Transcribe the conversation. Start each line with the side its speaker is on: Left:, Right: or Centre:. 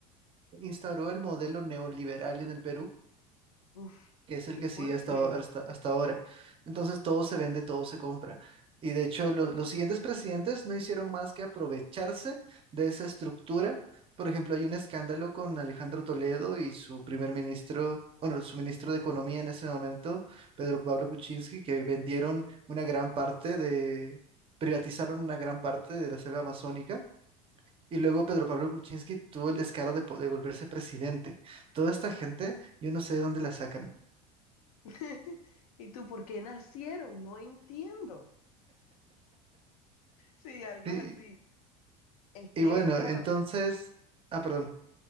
Right: instauró el modelo neoliberal en el Perú
Left: Uf,
Right: que es
Left: qué
Right: el que
Left: fuerte.
Right: sigue hasta, hasta, hasta ahora. Entonces todo se vende, todo se compra. Y de hecho lo- los siguientes presidentes no hicieron más que aprovecharse de esa estructura. Por ejemplo, hay un escándalo con Alejandro Toledo y su primer ministro, bueno, su ministro de Economía en ese momento, Pedro Pablo Kuczynski, que vendieron una gran parte de, privatizaron una gran parte de la selva amazónica. Y luego Pedro Pablo Kuczynski tuvo el descaro de, po- de volverse presidente. Toda esta gente, yo no sé de dónde la sacan.
Left: <laughs> ¿Y tú por qué nacieron? No entiendo. Sí, algo
Right: Sí,
Left: así. Es
Right: Y
Left: que,
Right: bueno,
Left: claro,
Right: entonces, ah, perdón.